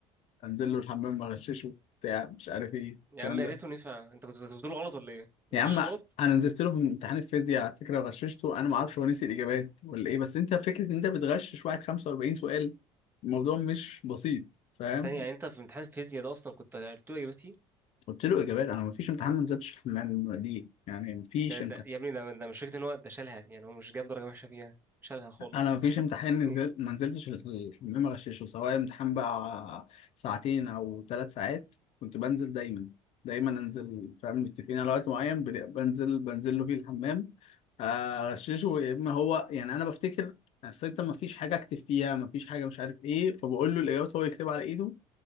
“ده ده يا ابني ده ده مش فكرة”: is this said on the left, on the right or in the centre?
Right